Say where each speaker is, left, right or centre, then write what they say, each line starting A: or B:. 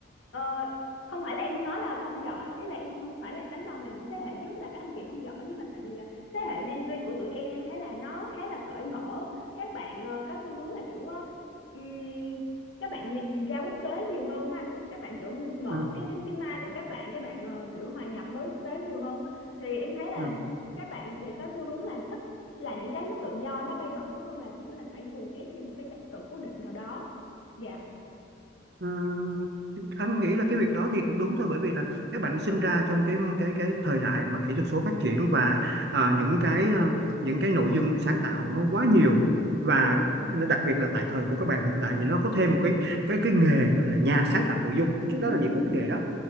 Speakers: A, on the left (about 90°); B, on the right (about 55°).
A: ờ, không phải là em nói là không giỏi ý là em không phải là em đánh đồng là những thế hệ trước là các anh chị không giỏi nhưng mà tại vì là thế hệ Gen Z của tụi em em thấy là nó khá là cởi mở các bạn ờ, có xu hướng là kiểu ờ, ừm, các bạn nhìn ra quốc tế nhiều hơn á anh các bạn kiểu mở
B: ừ,
A: cái cái mind của các bạn các bạn ờ, kiểu hòa nhập với quốc tế nhiều hơn á thì em thấy là
B: ừ.
A: các bạn sẽ có xu hướng là thích là những cái nó tự do nó bay bổng hơn là kiểu là phải guồng ép vô một cái trật tự cố định nào đó dạ
B: Ừ, anh nghĩ là cái việc đó thì cũng đúng thôi bởi vì là các bạn được sinh ra trong cái cái cái thời đại mà kỹ thuật số phát triển và à, những cái à, những cái nội dung sáng tạo nó quá nhiều và
A: Dạ.
B: nó đặc biệt là tại thời của các bạn hiện tại thì nó có thêm một cái cái cái nghề gọi là nhà sáng tạo nội dung trước đó
A: <laughs>
B: làm gì có cái nghề đó